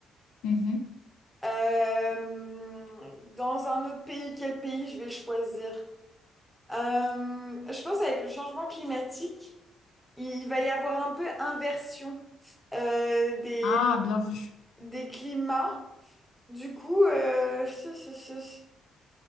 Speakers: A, on the left; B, in the centre.
A: Mhm.
B: Euh, dans un autre pays, quel pays je vais choisir? Euh, je pense avec le changement climatique, il va y avoir un peu inversion euh, des,
A: Ah, bien vu.
B: des climats. Du coup, euh, ce- ce- ce-